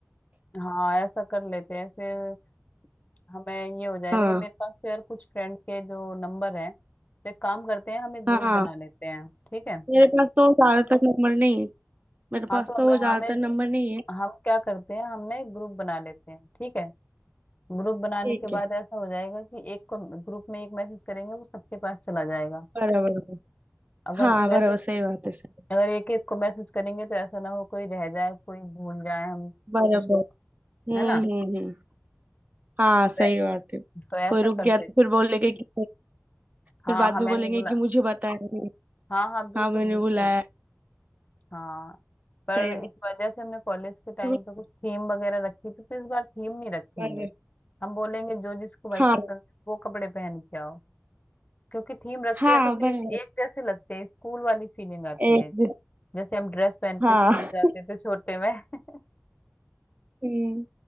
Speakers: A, on the left; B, on the right.
A: हाँ ऐसा कर लेते हैं फिर हमें ये हो जाएगा
B: हाँ
A: ना मेरे पास तो यार कुछ फ्रेंड के जो नंबर है तो एक काम करते हैं हम एक ग्रुप
B: हाँ
A: बना लेते हैं ठीक है
B: मेरे पास तो ज्यादातर नंबर नहीं है मेरे
A: हाँ
B: पास
A: तो
B: तो
A: हम
B: ज्यादातर
A: हमें
B: नंबर नहीं है
A: हम क्या करते हैं हमने एक ग्रुप बना लेते हैं ठीक है ग्रुप बनाने
B: ठीक
A: के
B: है
A: बाद ऐसा हो जाएगा कि एक को ग्रुप में एक मैसेज करेंगे वो सबके पास चला जाएगा
B: बराबर बराबर।
A: अगर
B: हाँ
A: हम
B: बराबर
A: वैसे
B: सही बात है सही
A: अगर एक एक को मैसेज करेंगे तो ऐसा ना हो कोई रह जाए कोई भूल जाए हम
B: बराबर
A: जिसको
B: हम्म
A: है ना
B: हम्म हम्म हाँ
A: तो,
B: सही बात है
A: तो ऐसा
B: कोई रुक
A: कर
B: गया
A: लेते
B: तो फिर बोलेंगे कि
A: हाँ
B: फिर बाद
A: हमें
B: में बोलेंगे
A: नहीं बोला
B: कि मुझे बताया नहीं
A: हाँ हाँ बिल्कुल
B: हाँ मैंने
A: बिल्कुल
B: बुलाया
A: हाँ पर
B: सही बात
A: इस वजह से हमने कॉलेज के टाइम
B: है।
A: पे कुछ थीम वगैरह रखी थी तो इस बार थीम नहीं रखेंगे
B: बराबर।
A: हम बोलेंगे जो जिसको भाई
B: हाँ
A: पसंद है वो कपड़े पहन के आओ क्योंकि थीम रखते
B: हाँ
A: हैं तो फिर
B: बराबर
A: एक, एक जैसे लगते हैं स्कूल वाली फीलिंग आती
B: एक
A: है
B: दिन
A: जैसे हम ड्रेस पहन के
B: हाँ
A: स्कूल जाते थे छोटे में <laughs>
B: हम्म।